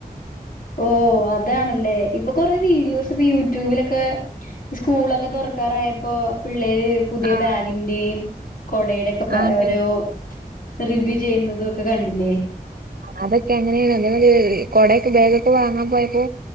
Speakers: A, on the left (about 60°); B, on the right (about 70°).
A: ഓ അതാണല്ലേ ഇപ്പൊ കൊറെ വീഡിയോസ് ഇപ്പൊ യൂടബ യ്യൂബിലൊക്കെ സ്കൂളൊക്കെ തുറക്കാറായപ്പോപിള്ളേ പുതിയ
B: ആഹ്
A: ബാഗിന്റെയും കൊടയുടെക്കെഓരോ
B: ആഹ്
A: റിവ്യൂ ചെയ്യുന്നതും ഒക്കെ കണ്ടില്ലേ
B: അതൊക്കെ അ ങ്ങനെയാണ് അതേ കൊടയൊക്കെ ബേഗൊക്കെ വാങ്ങാൻ പോയപ്പോ